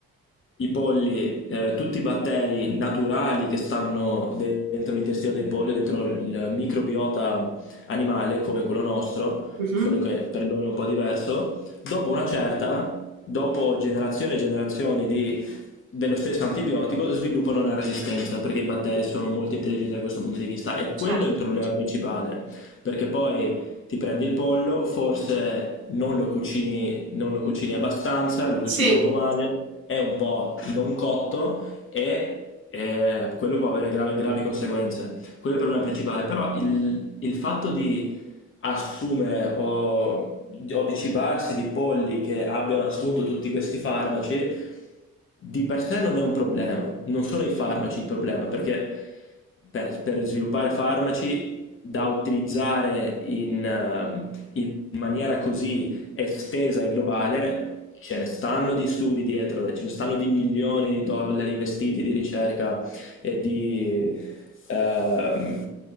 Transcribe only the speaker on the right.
mhm,
certo.
Sì,